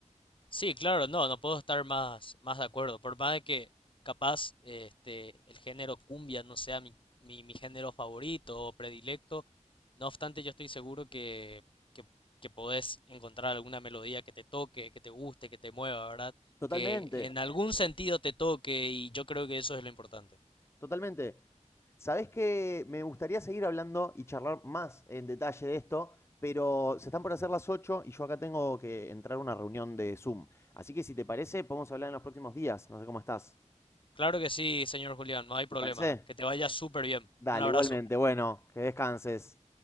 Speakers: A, on the left; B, on the left.
A: Sí, claro, no, no puedo estar más, más de acuerdo. Por más de que capaz este, el género cumbia no sea mi, mi, mi género favorito o predilecto, no obstante yo estoy seguro que, que, que podés encontrar alguna melodía que te toque, que te guste, que te mueva, ¿verdad?
B: Totalmente.
A: Que en algún sentido te toque y yo creo que eso es lo importante.
B: Totalmente. Sabés que me gustaría seguir hablando y charlar más en detalle de esto, pero se están por hacer las 8 y yo acá tengo que entrar a una reunión de Zoom. Así que si te parece, podemos hablar en los próximos días. No sé cómo estás.
A: Claro que sí, señor Julián, no hay problema.
B: ¿Te parece?
A: Que te vaya súper bien.
B: Dale,
A: Un abrazo.
B: igualmente. Bueno, que descanses.